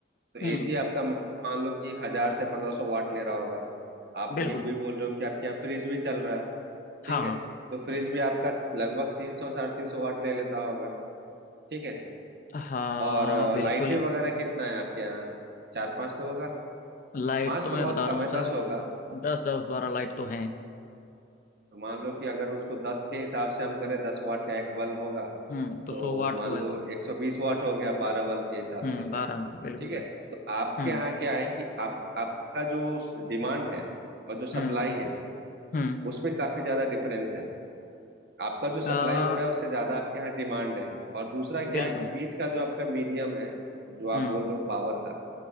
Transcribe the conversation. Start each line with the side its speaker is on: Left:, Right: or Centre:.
Right: तो
Left: हम्म।
Right: एसी आपका मा- मान लो कि हजार से पंद्रह सौ वाट ले रहा होगा आप
Left: बिल्कुल
Right: ये भी बोल रहे हो कि आपके यहाँ फ्रिज भी चल रहा है
Left: हाँ
Right: ठीक है तो फ्रिज भी आपका लगभग तीन सौ साढ़े तीन सौ वाट ले लेता होगा ठीक है
Left: हाँ
Right: और अ,
Left: बिल्कुल
Right: लाइटें वगैरह कितना है आपके यहाँ चार पांच तो होगा
Left: लाइट
Right: पांच
Left: तो मैं
Right: तो बहुत
Left: बता
Right: कम
Left: रहा हूँ
Right: है
Left: सर
Right: दस होगा
Left: दस दस बारह लाइट तो हैं
Right: तो मान लो कि अगर उसको दस के हिसाब से हम करें दस वाट का एक बल्ब होगा
Left: हम्म तो
Right: तो
Left: सौ वाट
Right: मान
Left: तो वैसे
Right: लो एक सौ बीस वाट हो गया बारह बल्ब के हिसाब
Left: हम्म
Right: से
Left: बारह बिल्कुल
Right: ठीक
Left: बिल्कुल
Right: है तो आपके
Left: हम्म
Right: यहाँ क्या है कि आप आपका जो डिमांड है और जो सप्लाई
Left: हम्म
Right: है
Left: हम्म
Right: उसमें काफी ज्यादा डिफरेंस है आपका जो सप्लाई
Left: आ,
Right: हो रहा है उससे ज्यादा आपके यहाँ डिमांड है और दूसरा क्या
Left: बिल्कुल
Right: है कि बीच का जो आपका मीडियम है जो आप
Left: हम्म
Right: बोल रहे हो पावर का